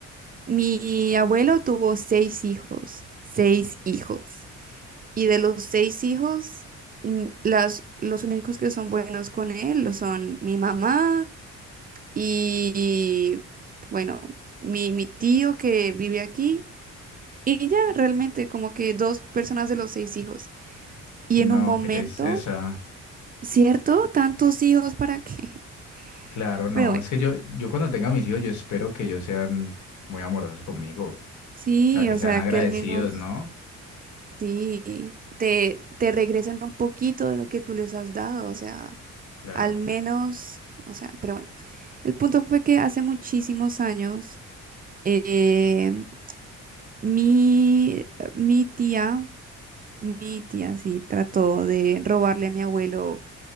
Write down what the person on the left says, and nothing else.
No,
qué tristeza.
Claro, no,
es que yo, yo cuando tenga mis hijos, yo espero que ellos sean muy amorosos conmigo, o
sea, que
sean
agradecidos,
¿no?
Claro,